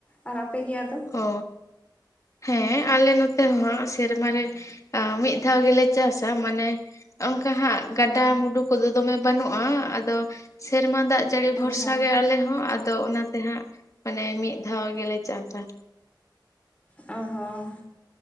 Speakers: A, on the left; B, on the left.
A: ᱟᱨ ᱟᱯᱮ ᱜᱮ ᱟᱫᱚ?
B: ᱚ, ᱦᱮᱸ ᱟᱞᱮ ᱱᱚᱛᱮ ᱦᱚᱸ ᱥᱮᱨᱢᱟ ᱨᱮ ᱚ ᱢᱤᱫ ᱫᱷᱟᱣ ᱜᱮᱞᱮ ᱪᱟᱥᱟ ᱢᱟᱱᱮ ᱚᱱᱠᱟ ᱦᱟᱸᱜ ᱜᱟᱰᱟ ᱢᱩᱰᱩ ᱠᱚᱫᱚ ᱫᱚᱢᱮ ᱵᱟᱹᱱᱩᱜᱼᱟ ᱟᱫᱚ ᱥᱮᱨᱢᱟ ᱫᱟᱜ ᱡᱟᱹᱲᱤ ᱵᱷᱚᱨᱥᱟ
A: ᱟᱪᱪᱷᱟ
B: ᱜᱮ ᱟᱞᱮ ᱦᱚᱸ ᱟ ᱛᱚ ᱚᱱᱟᱛᱮ ᱦᱟᱸᱜ ᱢᱟᱱᱮ ᱢᱤᱫ ᱫᱷᱟᱣ ᱜᱮᱞᱮ ᱪᱟᱥᱟ᱾
A: ᱚ ᱦᱚᱸ᱾